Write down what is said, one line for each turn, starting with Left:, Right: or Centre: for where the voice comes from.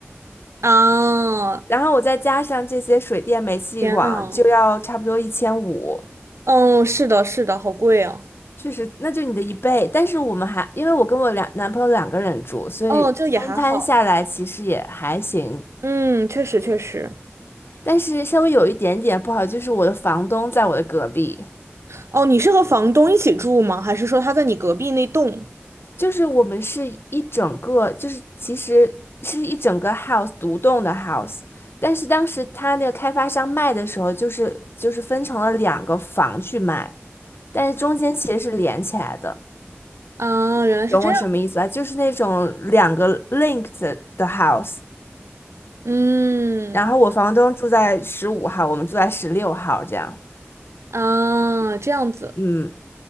Right: 啊，
Left: 然后我再加上这些水电煤气网，
Right: 天呐，
Left: 就要差不多一千五。
Right: 嗯，是的，是的，好贵啊，
Left: 确实，那就你的一倍。但是我们还因为我跟我两男朋友两个人住，所以分摊下来其实也还行。
Right: 哦，就也还好，嗯，确实确实。
Left: 但是稍微有一点点不好，就是我的房东在我的隔壁。
Right: 哦，你是和房东一起住吗？还是说他在你隔壁那栋？
Left: 就是我们是一整个，就是其实是一整个 house 独栋的 house，但是当时他那个开发商卖的时候，就是就是分成了两个房去卖，但是中间其实是连起来的，
Right: 啊，原来是这样。
Left: 懂我什么意思吧？就是那种两个 linked 的 house，
Right: 嗯，
Left: 然后我房东住在十五号，我们住在十六号这样，
Right: 啊，这样子，
Left: 嗯。